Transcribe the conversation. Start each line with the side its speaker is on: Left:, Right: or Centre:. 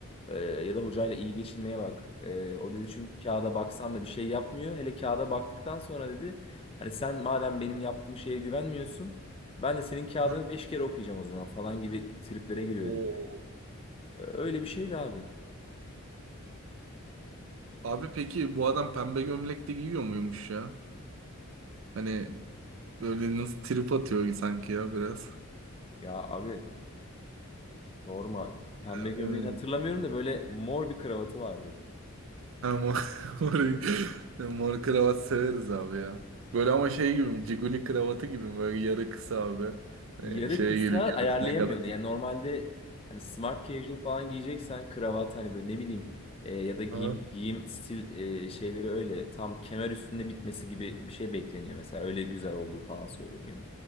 Left: Ee, ya da hocayla iyi geçinmeye bak. Ee, o dedi çünkü kağıda baksan da bir şey yapmıyor. Hele kağıda baktıktan sonra dedi hani sen madem benim yaptığım şeye güvenmiyorsun ben de senin kağıdını
Right: Aha.
Left: beş kere okuyacağım o zaman falan gibi triplere giriyor
Right: Oo.
Left: dedi. Ee, öyle bir şeydi abi.
Right: Abi peki bu adam pembe gömlek de giyiyor muymuş ya? Hani Öyle nasıl trip atıyor sanki ya biraz.
Left: Ya abi sorma pembe
Right: Ee,
Left: gömleğini hatırlamıyorum da böyle mor bir kravatı vardı.
Right: ama mor, <laughs> mor mor kravat severiz abi ya. Böyle ama şey gibi mi? Ciguli kravatı gibi mi? Böyle yarı kısa abi.
Left: yarı
Right: Ee, şeye
Left: kısa
Right: geliyor
Left: ayarlayamıyorsun.
Right: göğsüne kadar.
Left: Yani normalde hani smart casual falan giyeceksen kravat hani böyle ne bileyim e, ya da giyim
Right: Ha.
Left: giyim stil e, şeyleri öyle tam kemer üstünde bitmesi gibi bir şey bekleniyor mesela. Öyle güzel olduğu falan söyleniyor.